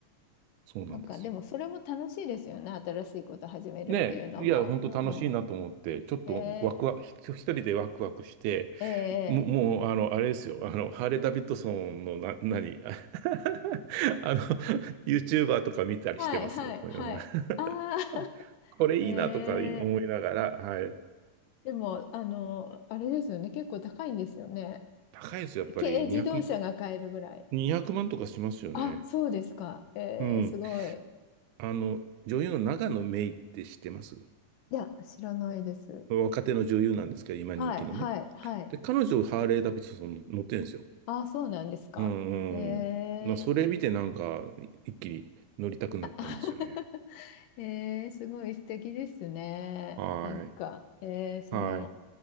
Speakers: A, on the right; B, on the left.
A: そうなんですよ。
B: なんかでもそれも楽しいですよね。新しいこと始めるっていうのも。
A: ねえ、いや、本当楽しいなと思って、
B: う
A: ちょっとワクワク、
B: ん。え
A: ひ一人でワクワクして、
B: ー、えー
A: も、もう、
B: えー
A: あの、あれですよ、あの、ハーレー・ダビッドソンのな、何、<laughs> あの、YouTuber とか見たりしてますよ、
B: はいはいはい。
A: <laughs> とか言いなが
B: ああ
A: ら <laughs> これいいなとか思いながら、
B: <laughs> え
A: はい。
B: ー、でも、あの、あれですよね。結構高いんですよね。
A: 高いですよ、やっぱり200、
B: 軽自動車が買えるぐらい。
A: 200万とかしますよね。
B: あ、そうですか。えー、
A: うん。
B: すごい。
A: あの、女優の永野芽郁って知ってます
B: いや、知らないです。
A: 若手の女優なんですけど、今人気のね。
B: はいはいはい。
A: で、彼女、ハーレー・ダビッドソン乗ってるんですよ。
B: ああ、そうなんですか。
A: うんうん。
B: え
A: まそれ見てなんか、
B: ー
A: 一気に乗りたくなったんですよね。
B: <laughs> えー、すごい素敵ですね。
A: はい。
B: なんか、えー、その、
A: はい。